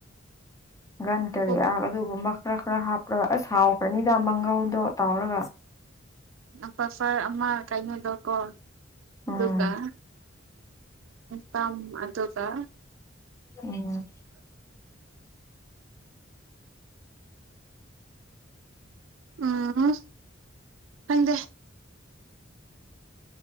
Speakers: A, on the left; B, on the right.
A: ꯒꯟ ꯀꯔꯤ
B: ꯎꯝ
A: ꯑꯗꯨꯒꯨꯝꯕ ꯈꯔ ꯈꯔ ꯍꯥꯞꯄꯒ ꯑꯁ ꯍꯥꯎꯒꯅꯤꯗ ꯃꯪꯒꯧꯗꯣ ꯇꯥꯎꯔꯒ
B: ꯄꯥ ꯐ ꯑꯃ ꯀꯥꯏꯅꯣꯗꯀꯣ
A: ꯎꯝ
B: ꯗꯨꯀ ꯊꯥꯝꯗ ꯀ
A: ꯎꯝ
B: ꯎꯝ ꯍꯗꯦ